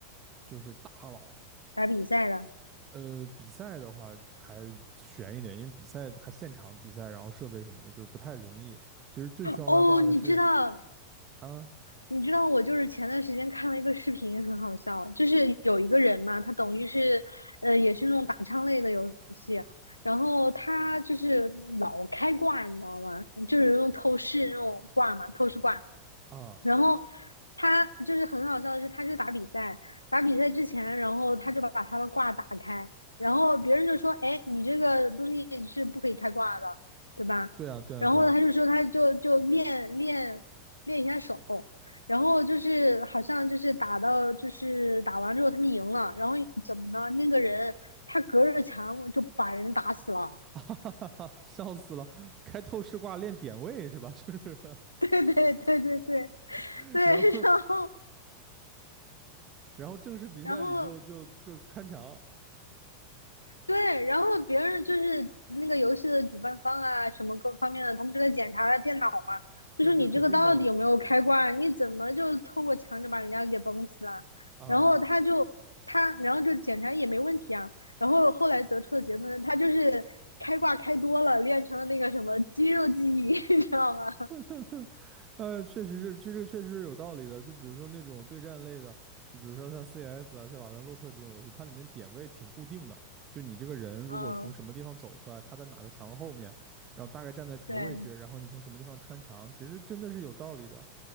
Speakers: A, on the right; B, on the left.
A: 就是大佬。
B: 打比赛的。
A: 呃，比赛的话还悬一点，因为比赛它现场比赛，然后设备什么的，就是不太容易。其实最需要外挂的是
B: 哦，你知道，
A: 啊。
B: 你知道我就是前段时间看了一个视频，很好笑，就是有一个人嘛，他等于是，呃，也是那种打枪类的游戏，然后他就是老开挂，你知道吗？就是用透视那种挂嘛，透视挂，
A: 啊，
B: 然后他就是很好笑的是，他去打比赛，打比赛之前，然后他就把他的挂打开，然后别人就说：“哎，你这个东西是不可以开挂的，对吧？”然后他就说他就就练练练一下手，
A: 对啊，对啊，对啊，
B: 然后就是好像就是打到就是打完之后他们赢了，然后怎么呢？那个人他隔着墙就把人打死了，
A: <laughs> 哈哈哈哈，笑死了！开透视挂练点位是吧？<laughs> 就是，
B: <laughs> 对对对对对
A: <laughs>
B: 对，
A: 然后，
B: 然后
A: 然后正式比赛里就就就穿墙，
B: 然后对，然后别人就是那个游戏的主办方啊，什么各方面的，他们就在检查他电脑嘛，
A: <laughs>
B: 就说你这个到底有没有开挂啊，
A: 对对，肯定的
B: 你怎么就透过墙就把人家给崩死啊？
A: 啊，
B: 然后他就他，然后就检查也没问题啊。然后后来得出的结论，他就是开挂开多了，练成了那个什么肌肉记忆，<laughs> 你知道吗？
A: <laughs> 呃，确实是，这这个确实是有道理的。就比如说那种对战类的，就比如说像 CS 啊，像瓦兰洛特这种游戏，它里面点位挺固定的，就你这个人如果从什么地方走出来，
B: 嗯，
A: 他在哪个墙后面，然后大概站在什么位置，
B: 对，
A: 然后你从什么地方穿墙，其实真的是有道理的。